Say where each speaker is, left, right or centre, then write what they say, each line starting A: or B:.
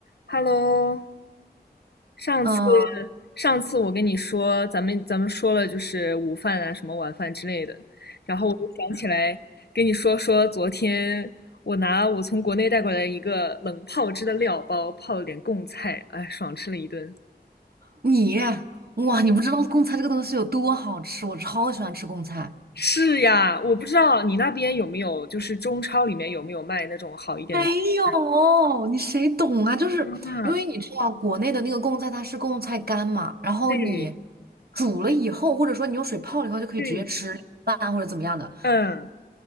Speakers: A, on the left; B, on the right.
A: Hello，上次
B: 嗯，
A: 上次我跟你说，咱们咱们说了就是午饭啊，什么晚饭之类的，然后我就想起来跟你说说，昨天我拿我从国内带过来一个冷泡汁的料包，泡了点贡菜，哎，爽吃了一顿。
B: 你哇，你不知道贡菜这个东西有多好吃，我超喜欢吃贡菜。
A: 是呀，我不知道你那边有没有，就是中超里面有没有卖那种好一点的贡菜
B: 没有，你谁懂啊？就是因为你知道国内的那个贡菜，
A: 啊？
B: 它是贡菜干嘛，然后你
A: 对
B: 煮了以后，或者说你用水泡了以后，就可以直接吃饭或者怎么样的。
A: 对，嗯